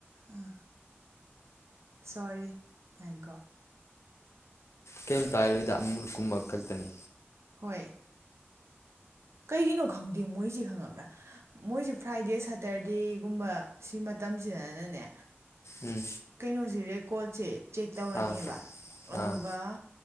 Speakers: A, on the right; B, on the left.
A: ꯑ ꯁꯣꯔꯤ ꯑꯥꯏꯀꯣ
B: ꯀꯩꯝ ꯀꯥꯏꯔꯣꯏꯗ ꯀꯨꯝꯃ ꯈꯠꯇꯅꯤ
A: ꯍꯣꯏ ꯀꯩꯒꯤꯅꯣ ꯈꯪꯗꯦ ꯃꯣꯏꯁꯤ ꯈꯪꯉꯕ꯭ꯔꯥ ꯃꯣꯏꯁꯤ ꯐ꯭ꯔꯥꯏꯗꯦ ꯁꯇꯔꯗꯦꯒꯨꯝꯕ ꯁꯤ ꯃꯇꯝꯁꯤꯗꯅꯅꯦ
B: ꯎꯝ
A: ꯀꯩꯅꯣꯁꯤ ꯈ‌ꯣꯁ‌ꯦ ꯆꯦꯛ ꯇꯧꯔꯅꯤꯌ‌ꯦꯕ
B: ꯑꯥ
A: ꯑꯗꯨꯒ
B: ꯑꯥ